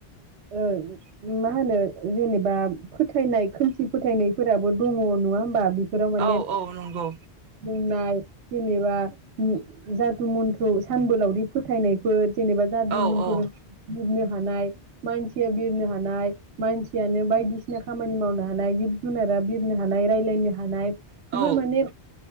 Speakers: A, on the right; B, on the right.
A: ओ मा होनो जेनेबा फोथायनाय खोमसि फोथायनायफोराबो दङ नङा होमबा फोराव माने
B: औ औ नंगौ
A: बुंनाय जेनेबा जाथु मन्थ्र' सानबोलावरि फोथायनायफोर जेनेबा जादु
B: औ
A: मनथुर
B: औ
A: बिरनो हानाय मानसिया बिरनो हानाय मानसियानो बायदिसिना खामानि मावनो हानाय जिब जुनारा बिरनो हानाय रायलायनो हानाय
B: औ
A: बिफोर माने